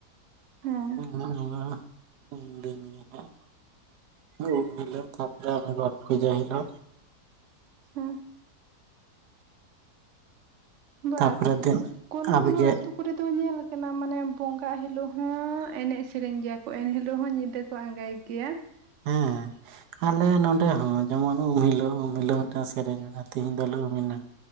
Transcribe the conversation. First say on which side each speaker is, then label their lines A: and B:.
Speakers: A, on the right; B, on the right.
A: ᱦᱮᱸ
B: ᱱᱚᱜ ᱱᱚᱣᱟ ᱩᱱ ᱫᱤᱱ ᱜᱮ ᱦᱟᱸᱜ ᱩᱢ ᱦᱤᱞᱳ ᱛᱟᱯᱚᱨᱮ ᱟᱱᱮ ᱜᱚᱴ ᱯᱩᱡᱟ ᱦᱤᱞᱳ᱾
A: ᱦᱩᱸ ᱵᱟ
B: ᱛᱟᱯᱚᱨᱮ ᱫᱤᱱ
A: ᱠᱳᱱᱳ
B: ᱟᱵᱜᱮ
A: ᱠᱚᱱᱳ ᱟᱹᱛᱩ ᱠᱚᱨᱮ ᱫᱚ ᱧᱮᱞ ᱟᱠᱟᱱᱟ ᱢᱟᱱᱮ ᱵᱚᱸᱜᱟ ᱦᱤᱞᱳᱜ ᱦᱚᱸ ᱮᱱᱮᱡ ᱥᱮᱨᱮᱧ ᱜᱮᱭᱟ ᱠᱚ ᱮᱱ ᱦᱤᱞᱳ ᱦᱚᱸ ᱧᱤᱫᱟᱹ ᱠᱚ ᱟᱸᱜᱟᱭ ᱜᱮᱭᱟ᱾
B: ᱦᱮᱸ ᱟᱞᱮ ᱱᱚᱸᱰᱮ ᱦᱚᱸ ᱡᱮᱢᱚᱱ ᱩᱢ ᱦᱤᱞᱳᱜ ᱩᱢ ᱦᱤᱞᱳᱜ ᱢᱤᱫᱴᱟᱜ ᱥᱮᱨᱮᱧ ᱮᱱᱟ ᱛᱮᱦᱤᱧ ᱫᱚᱞᱮ ᱩᱢ ᱮᱱᱟ᱾